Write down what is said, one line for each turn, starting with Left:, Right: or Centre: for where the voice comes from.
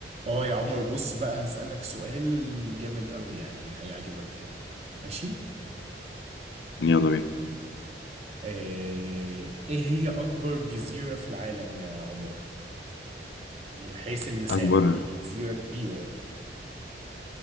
Right: اه يا عمر بص بقى هسألك سؤال جامد قوي يعني هيعجبك ماشي
Left: يلا بينا
Right: آه، ايه هي اكبر جزيرة في العالم يا عمر من حيث المساحة
Left: أكبر
Right: يعني جزيرة كبيرة